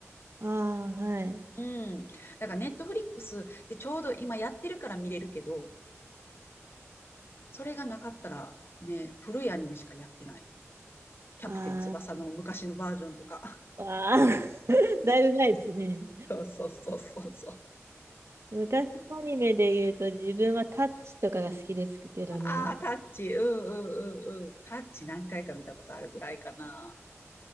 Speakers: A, on the right (about 60°); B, on the left (about 50°).
A: ああ、はい。
B: うん。だからネットフリックスでちょうど今やってるから見れるけど、それがなかったら、ね、古いアニメしかやってない。キャプテン翼の昔のバージョンとか。
A: ああ、ああ <laughs> だいぶ前ですね。
B: <laughs> そうそうそうそうそう。
A: 昔のアニメで言うと自分はタッチとかが好きですけどね。
B: ああ、タッチ、うんうんうんうん。タッチ何回か見たことあるぐらいかな。